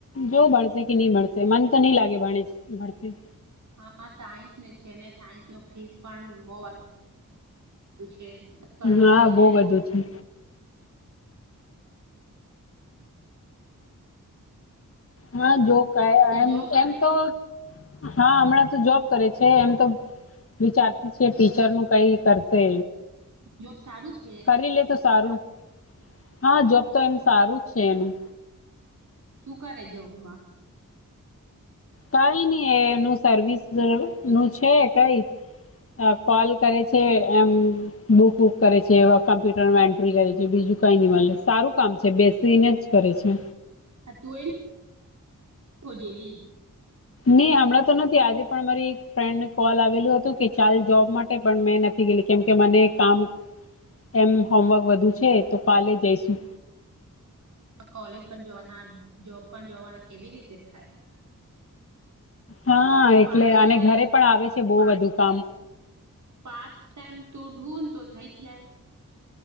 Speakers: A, on the left; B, on the right.
A: જો ભણશે કે, નહી ભણશે, મનતો નહી લાગે, ભણે ભશે.
B: હા, સાયન્સ ને છે ને, સાયન્સન ફીસ પણ બહુ છે. કરવાનું
A: હા
B: છે
A: બહુ
B: તો.
A: બધું છે હા જો ક એ
B: જોબ કરે
A: એમતો હા, હમણાંતો જોબ કરે છે એમ તો. વિચારતી છે, ટીચરનું કઈ કરશે.
B: જોબ સારું છે.
A: કરી લેતો, સારું. હા, જોબ તો એમ સારું જ છે એનું.
B: શું કરે જોબમાં?
A: કઈ નઈ એનું સર્વિસનું છે કઈ. અ કોલ કરે છે, એમ. બુક વુક કરે છે, કમ્પ્યુટરન એન્ટ્રી કરે છે, બીજું કઈ નહી મળે, સારું કામ છે બેસીને જ. કરે છે.
B: હ, તું એ ખજેલી.
A: નઈ હમણાંતો નથી આજે પણ અમારી એક ફ્રેન્ડને કોલ આવેલું હતું કે ચાલ જોબ માટે. પણ મેં નથી ગેલી કેમ કે મને કામ એમ હોમવર્ક વધુ છે તો કાલે જઈશું.
B: કોલેજ પણ જોવાના જોબ પણ જોવાના કેવી રીતે થાય?
A: હા એટલે
B: પાંચ ટાઈમ
A: અને ઘરે પણ આવે છે બહુ વધુ કામ.
B: પાંચ ટાઈમ તો ઢૂન તો થઇ જાય.